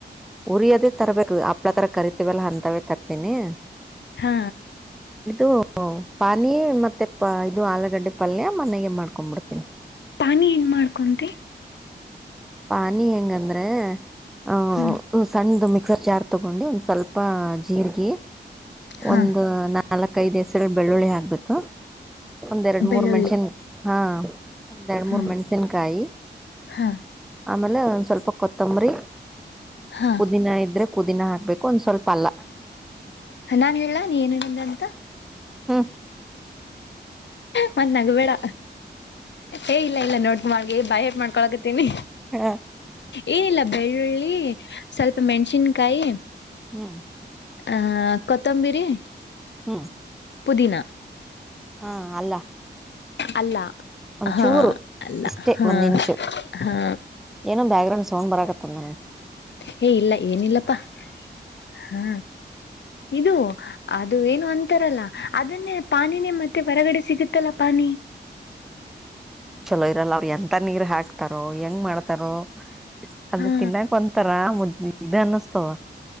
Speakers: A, in the centre; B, on the left.
A: ಉರಿಯೋದೇ ತರ್ಬೇಕು ಹಪ್ಳ ತರ ಕರಿತೀವಲ್ಲ ಅಂತವೇ ತರ್ತೀನಿ..
B: ಹಾ..
A: ಇದು ಪಾನಿ ಮತ್ತೆ ಪ ಇದು ಆಲೂಗಡ್ಡೆ ಪಲ್ಯ ಮನೆಗೆ ಮಾಡ್ಕೊಂಡ್ಬಿಡ್ತೀನಿ.
B: ಪಾನಿ ಹೆಂಗ್ ಮಾಡ್ಕೊಂತೆ.
A: ಪಾನಿ ಹೆಂಗಂದ್ರೆ ಆ
B: ಹ್ಮ್
A: ಸಣ್ಣ ಮಿಕ್ಸರ್ ಜಾರ್. ತಗೊಂಡು ಸ್ವಲ್ಪ ಜೀರಿಗೆ
B: ಹಾ
A: ಒಂದು. ನಾಲ್ಕಐದು ಹೆಸರುಗಳು ಬೆಳ್ಳುಳ್ಳಿ ಹಾಕ್ಬೇಕು ಒಂದ್ ಎರಡು
B: ಬೆಳ್ಳುಳ್ಳಿ
A: ಮೂರ್ ಮಣಷನ್ ಹಾ ಒಂದ್ ಎರಡ್
B: ಹಾ
A: ಮೂರ್ ಮೆಣ್ಸಿನ್ಕಾಯಿ...
B: ಹಾ.
A: ಆಮೇಲೆ ಒಂದ್ ಸ್ವಲ್ಪ ಕೊತ್ತಂಬರಿ
B: ಹಾ
A: ಪುದೀನ ಇದ್ರೆ.. ಪುದಿನ ಹಾಕ್ಬೇಕು ಒಂದ್ ಸ್ವಲ್ಪ ಅಲ್ಲ.
B: ನಾನ್ ಹೇಳಾ ನೀ ಏನೇನಂದ ಅಂತ..
A: ಹ್ಮ..
B: ಮತ್ತ ನಗಬೇಡ ಏ ಇಲ್ಲ ಇಲ್ಲ ನೋಡ್ಕ ಮಾಡಗೆ ಬಾಯ ಹೇಟ್ ಮಾಡ್ಕೊಳಕತ್ತೀನಿ..
A: ಹಾ..
B: ಏನಿಲ್ಲ ಬೆಳ್ಳುಳ್ಳಿ ಸ್ವಲ್ಪ ಮೆಣಸಿನ್ಕಾಯಿ
A: ಹ್ಮ್.
B: ಹ ಕೊತ್ತಂಬಿರಿ.
A: ಹ್ಮ..
B: ಪುದಿನ.
A: ಹಾ ಅಲ್ಲ
B: ಅಲ್ಲ
A: ಒಂಚೂರು
B: ಹಾ ಅಲ್ಲ
A: ಇಷ್ಟೇ
B: ಹಾ
A: ಒಂದ್ ಇಂಚು
B: ಹಾ
A: ಏನೋ ಬ್ಯಾಕ್ ಗ್ರೌಂಡ್ ಸೌಂಡ್ ಬರಾಕತ್ತದ ನನಗೆ
B: ಹೇ ಇಲ್ಲ ಏನಿಲ್ಲಪ್ಪಾ ಹಾ ಇದು ಅದು ಏನು ಅಂತಾರಲ್ಲ ಅದನ್ನೇ ಪಾನಿನೇ ಮತ್ತೆ ಹೊರಗಡೆ ಸಿಗುತ್ತಲ್ಲ ಪಾನಿ
A: ಚಲೋ ಇರಲ್ಲ ಅವ ಎಂತ ನೀರ್ ಹಾಕ್ತಾರೋ ಹೆಂಗ್ ಮಾಡ್ತಾರೋ ಅದು
B: ಹಾ
A: ತಿನ್ನಕ್ ಒ ತರ ಮುನ್ನ